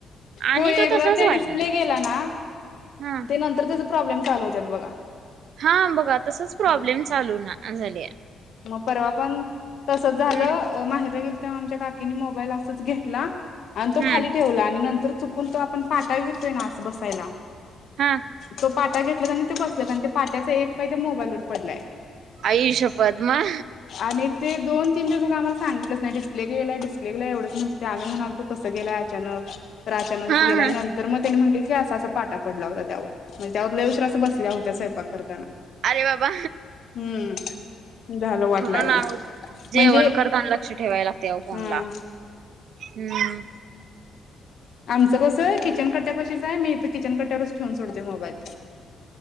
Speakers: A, on the right; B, on the left.
A: आणि
B: हो एकदा
A: तो तसाच
B: ते
A: व्हायला
B: डिस्प्ले
A: लागला
B: गेला नांत
A: हा.
B: तर त्याचा प्रॉ्मचालू होत बघा.
A: हा बघा तसच प्रॉब्लेम
B: हा
A: चालू ना झाले.
B: मग परवा पण तसच झालं
A: हम्म
B: माहिर गे आमचा काकी असाच मोबाइल घेतला तो
A: हम्म
B: खाली ठेवला आणि <unintelligible> कोण तो आपण पाठा घेतोय ना बसायला.
A: हा.
B: तो पाटा घेतला आणि ते बसलात, आणि ते पाट्याचा एक पहि त्या मोबाईलवरर पडलाय.
A: आय श्यपदमा.
B: आणि ते दोन तीन दिवस आम्हाला सांगितच नाही डिस््ले गेला डिस््ले गेला एवढच म्हण ते आम्ही म्हणार तू कस गेला अचानक तर अचानकच
A: हा
B: गेल्या
A: हा
B: नंतर तर मग त्यानी म्हटले की असा असा पाटा पडला होता त्यावर म्हणजे त्यावर लयुशरा असं बसल्या होत्या स्वयंपा करताना
A: अरे बाबा
B: हम्म झालं वाट
A: म्हणून
B: लागली
A: जेवण
B: म्हणजे
A: करताना लक्ष ठेवायला लागते फोन
B: हा
A: ला. हम्म.
B: आमचं कसं आहे किचन कट्ट्यापाशीच आहे, मी तर किचन कट्याच ठेवून सोडतेो मोबाईल.